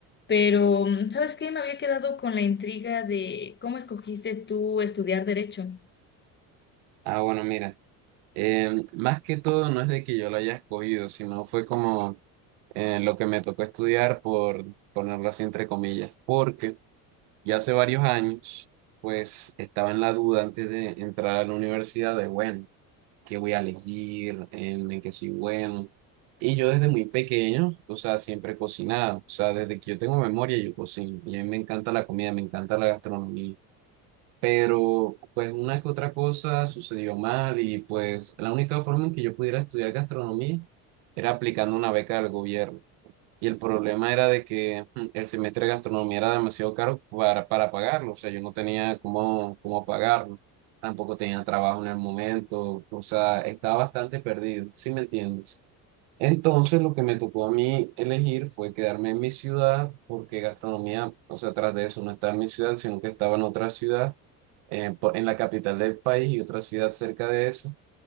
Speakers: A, on the left (about 25°); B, on the right (about 70°).
A: pero mm, ¿sabes qué? Me había quedado con la intriga de cómo escogiste tú estudiar derecho.
B: Ah, bueno, mira. em, más que todo, no es de que yo lo haya escogido, sino fue como eh, lo que me tocó estudiar, por ponerlo así entre comillas, porque ya hace varios años, pues estaba en la duda antes de entrar a la universidad de, bueno, ¿qué voy a elegir? ¿En, en qué soy bueno? Y yo desde muy pequeño, o sea, siempre he cocinado. O sea, desde que yo tengo memoria, yo cocino. Y a mí me encanta la comida, me encanta la gastronomía. pero pues una que otra cosa sucedió mal y pues la única forma en que yo pudiera estudiar gastronomía era aplicando una beca del gobierno. Y el problema era de que mm, el semestre de gastronomía era demasiado caro para, para pagarlo, o sea, yo no tenía cómo, cómo pagarlo, tampoco tenía trabajo en el momento, o sea, estaba bastante perdido, ¿sí me entiendes? Entonces lo que me tocó a mí elegir fue quedarme en mi ciudad porque gastronomía, o sea, tras de eso no estaba en mi ciudad, sino que estaba en otra ciudad, eh, po- en la capital del país y otra ciudad cerca de eso.